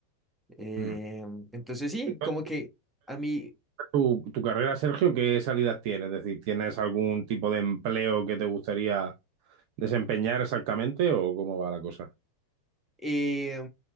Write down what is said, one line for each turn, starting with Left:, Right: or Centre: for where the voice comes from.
Centre: Eh,
Right: Mm.
Centre: entonces sí,
Right: Entonces,
Centre: como que a mí
Right: ¿Tu, tu carrera, Sergio, qué salidas tienes? Es decir, ¿tienes algún tipo de empleo que te gustaría desempeñar exactamente o cómo va la cosa?
Centre: Eh,